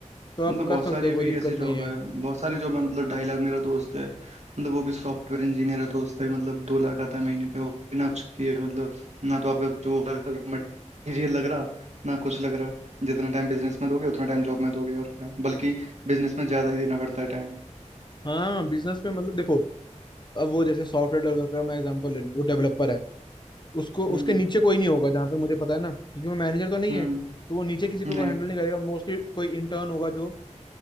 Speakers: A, on the left; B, on the right.
A: तो आप
B: मतलब
A: कर
B: बहुत
A: सकते
B: सारी
A: हो
B: अभी
A: कोई दिक्कत
B: ऐसी जॉब
A: नहीं है
B: है बहुत सारी जॉब है मतलब ढाई लाख मेरा दोस्त है मतलब वो भी सॉफ्टवेयर इंजीनियर है तो उसका भी मतलब दो लाख आता है महीने पे वो भी ना कुछ किए मतलब ना तो आपका कुछ वो लग रहा मटेरियल लग रहा ना कुछ लग रहा जितना टाइम बिजनेस में दोगे उतना टाइम जॉब में दोगे और क्या बल्कि बिजनेस में ज्यादा ही देना पड़ता है टाइम
A: हाँ बिजनेस में मतलब देखो अब वो जैसे सॉफ्टवेयर डेवलपर का मैं एग्जांपल ले लूँ वो डेवलपर है उसको
B: हम्म
A: उसके नीचे कोई नहीं होगा जहां तक मुझे पता है ना क्योंकि वो मैनेजर तो नहीं
B: हम्म
A: है तो वो नीचे किसी को
B: नहीं
A: हैंडल नहीं करेगा मोस्टली कोई इंटर्न होगा जो